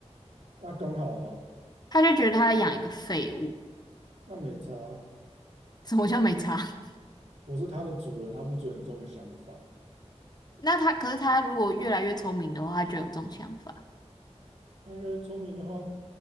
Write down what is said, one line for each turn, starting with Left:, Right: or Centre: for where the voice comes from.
Right: 那刚好啊，
Left: 他就觉得他在养一个废物，
Right: 那没差啊。
Left: 什么叫没差？
Right: 我是他的主人，他不准有这种想法。
Left: <laughs> 那他，可是他如果越来越聪明的话，他就有这种想法。
Right: 那因为聪明的话，